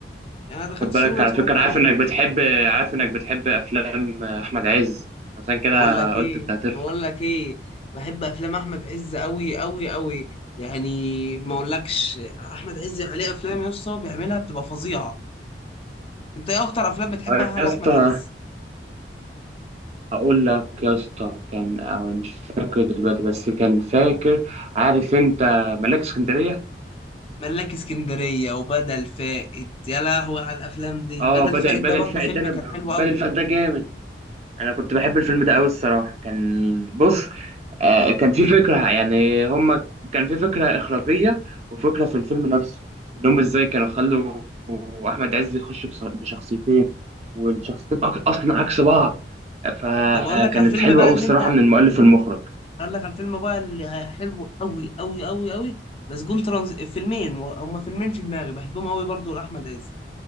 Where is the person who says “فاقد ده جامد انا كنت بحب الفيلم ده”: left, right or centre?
Right